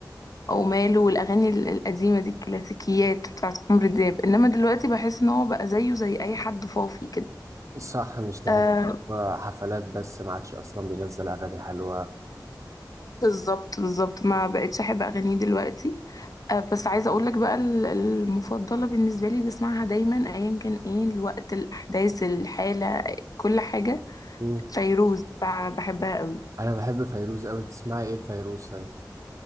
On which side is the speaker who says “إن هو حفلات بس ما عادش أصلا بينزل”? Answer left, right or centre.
Right